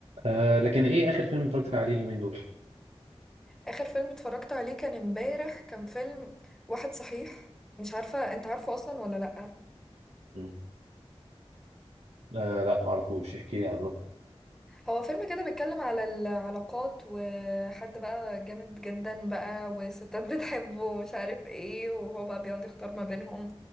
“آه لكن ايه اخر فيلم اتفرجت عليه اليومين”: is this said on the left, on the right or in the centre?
Right